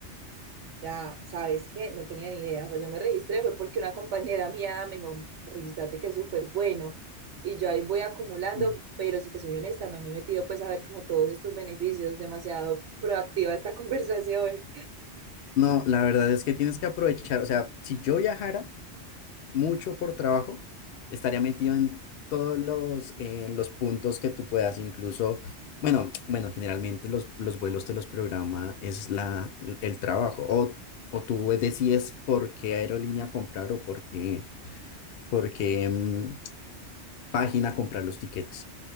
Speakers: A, on the right; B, on the left.
A: Ya, ¿sabes qué? No tenía ni idea. O sea, yo me registré fue porque una compañera mía me dijo, regístrate que es súper bueno. Y yo ahí voy acumulando,
B: Mm.
A: pero si te soy honesta, no me he metido pues a ver como todos estos beneficios. Demasiado proactiva esta <laughs> conversación.
B: No, la verdad es que tienes que aprovechar, o sea, si yo viajara, mucho por trabajo, estaría metido en todos los, eh, los puntos que tú puedas, incluso, bueno, <tsk> bueno, generalmente los, los vuelos te los programa, es la, el trabajo, o, o tú decides por qué aerolínea comprar o por qué, por qué, mm, página comprar los tiquetes.